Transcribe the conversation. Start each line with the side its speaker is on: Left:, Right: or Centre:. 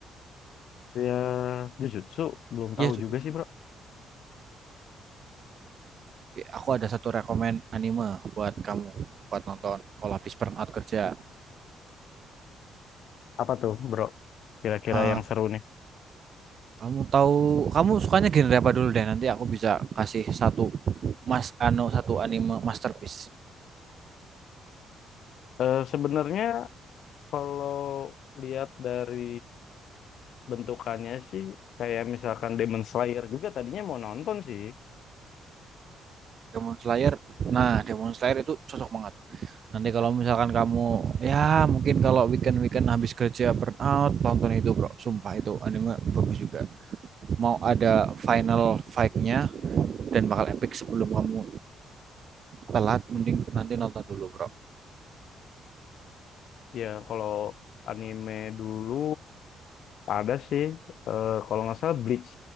Left: Ya Jujutsu belum
Right: iya
Left: tahu
Right: jujur.
Left: juga sih bro.
Right: Eh, aku ada satu rekomen anime buat kamu buat nonton kalau habis burnout kerja
Left: Apa tuh bro? Kira-kira
Right: Eh,
Left: yang seru nih.
Right: kamu tahu kamu sukanya genre apa dulu deh nanti aku bisa kasih satu mas ano satu anime masterpiece
Left: Eh Sebenarnya kalau lihat dari bentukannya sih kayak misalkan Demon Slayer juga tadinya mau nonton sih.
Right: Demon Slayer. Nah, Demon Slayer itu cocok banget. Nanti kalau misalkan kamu ya mungkin kalau weekend-weekend habis kerja burn out, tonton itu, Bro. Sumpah itu anime bagus juga. Mau ada final fight-nya dan bakal epic sebelum kamu telat mending nanti nonton dulu, Bro.
Left: Ya kalau anime dulu ada sih. Eh, kalau nggak salah Bleach